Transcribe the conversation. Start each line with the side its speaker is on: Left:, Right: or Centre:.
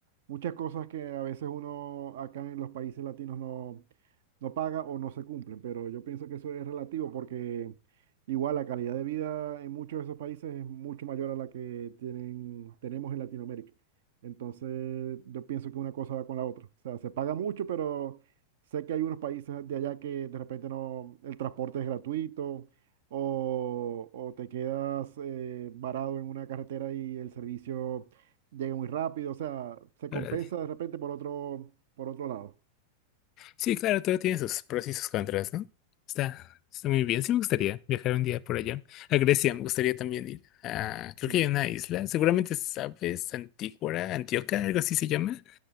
Right: muchas cosas que a veces uno acá en los países latinos no, no paga o no se cumplen, pero yo pienso que eso es relativo porque igual la calidad de vida en muchos de esos países es mucho mayor a la que tienen, tenemos en Latinoamérica. Entonces, yo pienso que una cosa va con la otra. O sea, se paga mucho, pero sé que hay unos países de allá que de repente no, el transporte es gratuito o, o te quedas eh, varado en una carretera y el servicio llega muy rápido, o sea, se compensa
Left: Órale.
Right: de repente por otro, por otro lado.
Left: Sí, claro, todo tiene sus pros y sus contras, ¿no? Está, está muy bien. Sí me gustaría viajar un día por allá. A Grecia me gustaría también ir. Ah, creo
Right: Sí.
Left: que hay una isla, seguramente sabes, Antígora, Antioquia, algo así se llama.